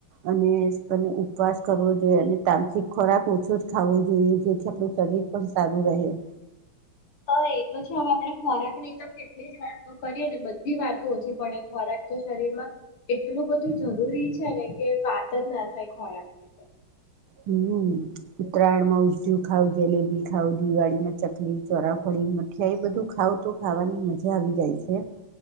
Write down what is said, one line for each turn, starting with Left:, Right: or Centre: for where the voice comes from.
Right: અને અને ઉપવાસ કરવો એમ તામસિક ખોરાક ઓછો જ ખાવો જોઈએ. જેથી આપડુ શરીર પણ સારું રહે.
Left: હા એ તો છે હવે આપણે ખોરાક ની તો કેટલી જ વાતો કરીએ ને બધી વાતો ઓછી પડે ખોરાક તો શરીરમાં એટલું બધું જરૂરી છે ને કે વાત જ ના થાય ખોરાકની તો.
Right: હમ્મ, ઉત્તરાયણ માં ઉધયુ ખાવ, જલેબી ખાવ, દિવાળી ના ચકલી, ચોરાફળી, મઠિયા એ બધું ખાવ તો ખાવાની મજા આવી જાય છે.